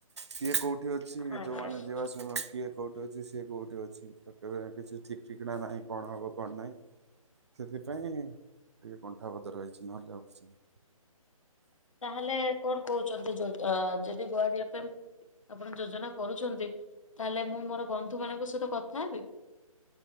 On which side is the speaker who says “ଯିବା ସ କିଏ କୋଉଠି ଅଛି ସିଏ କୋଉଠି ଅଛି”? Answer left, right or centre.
Right